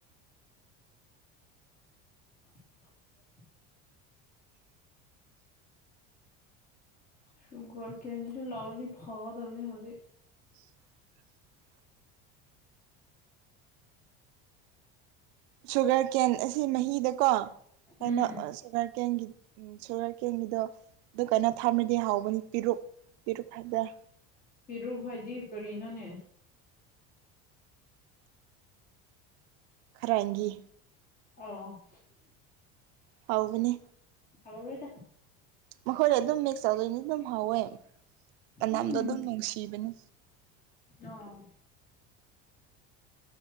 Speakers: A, on the left; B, on the right.
A: <inaudible>
B: <inaudible>
A: ꯁꯨꯒꯔ ꯀꯦꯟꯁꯨ ꯂꯥꯎꯗꯣ ꯐꯒꯗꯕꯅꯤ ꯍꯧꯖꯤꯛ
B: <inaudible> ꯁꯨꯒꯔ ꯀꯦꯟ ꯑꯁꯤ ꯃꯍꯤꯗꯀꯣ ꯀꯩꯅꯣ
A: ꯎꯝ
B: ꯁꯨꯒꯔ ꯀꯦꯟꯒꯤ ꯁꯨꯒꯔ ꯀꯦꯟꯒꯤꯗꯣ ꯑꯗꯨ ꯀꯥꯏꯩꯅꯣ ꯊꯥꯔꯃꯦꯗꯤ ꯍꯥꯎꯕꯅꯤ ꯄꯤꯔꯨꯛ ꯄꯤꯔꯨꯛ ꯍꯥꯢꯕꯔ
A: ꯄꯤꯔꯨꯛ ꯍꯥꯏꯗꯤ ꯀꯔꯤ ꯅꯣꯅꯦ
B: ꯈꯔꯥꯏꯒꯤ
A: ꯑꯎ
B: ꯍꯥꯎꯕꯅꯦ
A: ꯍꯥꯎꯔꯣꯏꯗ
B: ꯃꯈꯣꯏꯗ ꯑꯗꯨꯝ ꯃꯤꯛꯁ ꯇꯧꯗꯣꯏꯅꯤ ꯑꯗꯨꯝ ꯍꯥꯎꯋꯦ ꯃꯅꯝꯗꯣ
A: ꯎꯝ
B: ꯑꯗꯨꯝ ꯅꯨꯡꯁꯤꯕꯅꯤ
A: ꯑꯣ